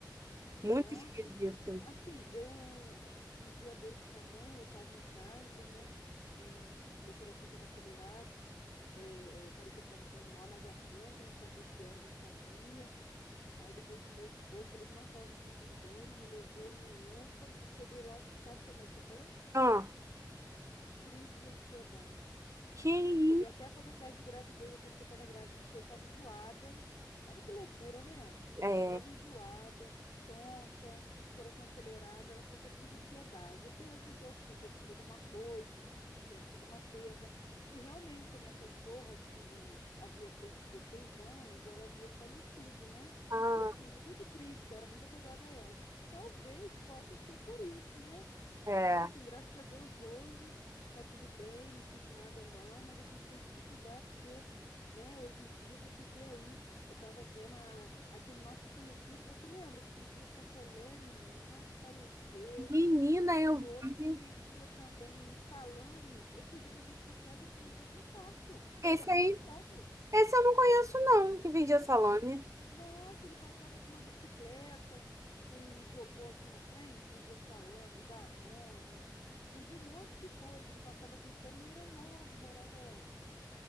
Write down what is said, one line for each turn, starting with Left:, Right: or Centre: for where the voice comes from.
Left: Nossa,
Right: muito esquisito.
Left: assim, eu um dia desses também, eu estava em casa, né? E, e meu coração estava acelerado, eh, eh, parecia que estava com um nó na garganta, eu não sabia o que era, eu não sabia. Aí liguei pro meu esposo, falei que não estava me sentindo bem, ele me levou no UPA, cheguei lá, sabe o que a médica falou?
Right: Ah,
Left: Crise de ansiedade.
Right: que isso?
Left: Cheguei até a fazer teste de gravidez achando que eu estava grávida, porque eu estava enjoada. Olha que loucura, né?
Right: É,
Left: Eu estava enjoada, tonta, coração acelerado. Ela falou: Você é crise de ansiedade. Aí perguntou se tinha acontecido alguma coisa, se tinha tido uma perda. E realmente, a minha cachorra, que havia feito 16 anos, ela havia falecido, né?
Right: ah,
Left: E eu fiquei muito triste, que eu era muito apegada a ela. Talvez possa ser por isso, né?
Right: é.
Left: Mas assim, graças a Deus hoje tá tudo bem, não tive nada não, mas a gente tem que se cuidar porque, né, hoje em dia você vê aí, eu tava vendo a- aquele nosso conhecido, você lembra que vendia sacolé, menina? Nossa, faleceu.
Right: Menina,
Left: Aquele
Right: eu
Left: outro que
Right: vi.
Left: vendia também salame, eu fui ver nas redes sociais, ele faleceu de infarto.
Right: Esse
Left: Ele é muito
Right: aí,
Left: novo.
Right: esse eu não conheço, não, que vendia salame.
Left: Nossa, ele passava com uma bicicleta, com um isopor assim na frente, vendia salame, Danone, vendia um monte de coisa. Ele passava gritando, ele era novo, morava,